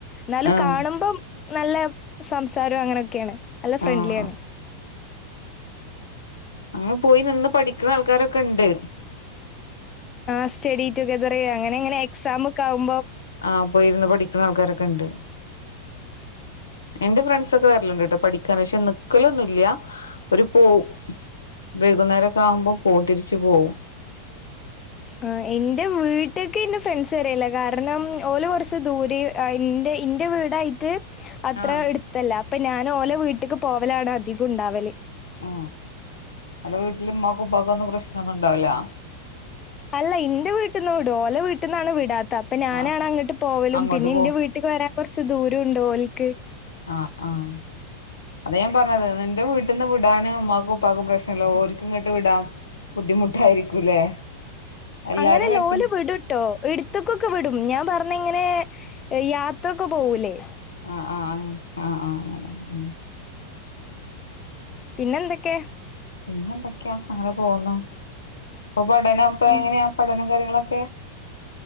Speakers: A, on the left; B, on the left.
A: ന്നാലും
B: ആഹ്
A: കാണുമ്പം നല്ല സംസാരും അങ്ങനൊക്യാണ്. നല്ല ഫ്രണ്ട്ലി
B: ആഹ്
A: ആണ്.
B: അങ്ങൻ പോയി നിന്ന് പഠിക്ണാ ൾക്കാരൊക്കണ്ട്.
A: ലാസ്റ്റ് യേടീറ്റുഗെതറ് അങ്ങനെ ങ്ങനെ എക്സാ മൊക്ക ആവുമ്പോ
B: ആഹ പോയിരുന്ന് പഠിക്കണ ആൾക്കാരൊക്കെണ്ട്. എന്റെ ഫ്രണ്ട്സൊക്കെ വരൽണ്ട് ട്ടോ പഠിക്കാൻ പക്ഷെ നിക്കലൊന്നുംല്ല്യ. ഓര് പോവും വൈകുന്നേരൊക്കാ ആവുമ്പോ പോകും തിരിച്ചു പോവും.
A: ആ ഇൻൻ്റെ വീട്ട്ക്ക് ന്റെ ഫ്രണ്ട്സ് വരലി ല്ല കാരണം ഓല് കുറച്ച് ദൂരീ ആയി ഇൻ്റെ ഇൻ്റെവീടായിട്ട് അത്ര
B: ആഹ്
A: എട്ത്തല്ല. അപ്പഞാൻ ന്നോലെ വീട്ട്ക്ക് പോവലാണ ധികും ണ്ടാവല്
B: ആ അവ്ട വീട്ടില് മൗ ഉപ്പാകൊന്നും പ്രശ്നൊന്നും <unintelligible>
A: അല്ല ഇന്റെ വീട്ട്ന്ന് വിടും ഓലെ വീട്ട്ന്നാണ് വിടാത് അപ്പ ഞാനാണങ്ങട്ട്
B: ആഹ്
A: പോവലും
B: അങ്ങോട്ട്
A: പിന്നി
B: പോ
A: ന്റെ വീട്ടക്ക് വരാൻ കുറച്ച് ദൂരും ണ്ടോൽക് ക്കേ
B: ആ അഹ അതെ ഞാൻ പറഞ്ഞത് നി് ൻടെ ന്റെ വീട്ട്ന്ന് വിടാൻ ഉമ്മാക്കും ഉപ്പക്കും പ്രശ്നല്ല. ഓൺക്കിങ്ങട്ട് വിടാൻ ബുദ്ധിമുട്ടായിരിക്കൂല്ലേ? എല്ലാരും
A: അങ്ങനെല്ല.
B: എത്തി
A: ഓല് വിടുട്ടോ. എടുത്ത്ക്കൊക്കെ വിടും, ഞാൻ പർഞ്ങ്ങനെ യാത്രൊക്കെ പോവൂലെ
B: ആഹ് ആഹ് അങ്ങനെ ആഹ് ആഹ് അങ്ങനെ ഉം
A: പിന്നെ എന്തൊക്കെ?
B: പിന്നെ എന്തക്കെയാ അങ്ങനെ പോകുന്നു. ഇപ്പൊ പഠനം ഇപ്പ
A: ഉം
B: എങ്ങനെയാ പഠനം കാര്യങ്ങളൊക്കെ ഓക്കെ